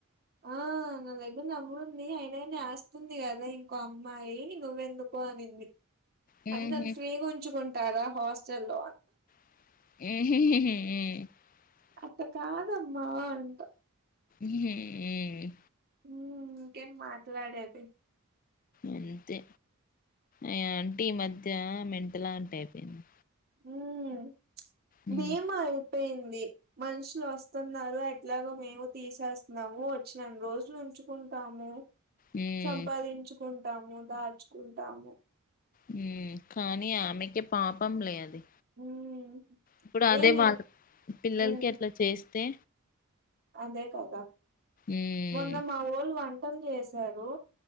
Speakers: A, on the right (about 45°); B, on the left (about 40°).
A: ఆ నా దగ్గర నంబరు ఉంది అయినా గానీ ఆస్తుంది కదా ఇంకో అమ్మాయి నువ్వెందుకు అనింది
B: మ్మ్
A: అన్ని అని స్వీగా ఉంచుకుం తారా హస్టల్ లో
B: <unintelligible>
A: అట్ట కాదమ్ మా అంటా
B: మా్
A: హ్మ్మ్ ఇంకేం మాట్లాడేది
B: అంతే అ ఆంటీ ఈ మధ్య మెంటల్ ఆంటీ అయిపోయింది
A: మ్మ్
B: మ్మ్
A: బీఎమఐ పేయింది మనుషులు వస్తున్నారు ఎట్లాగొ మేము తీసేస్తున్నాము వచ్చినన్ని రోజులు ఉంచుకుంటాము
B: మ్మ్
A: సంపాదించుకుం ఉంటాము దాచుకుంటాము
B: మ్మ్ కానీ ఆమెకే పాపంలే అది
A: ఉమ్
B: ఇప్పుడు అదే
A: ఏమి
B: వాళ పిల్లలకి
A: ఉమ్
B: అట్లా చేస్తే
A: అదే కదా
B: ఉమ్
A: మొన్న మా వొళ్లు వన్ పని చేశారు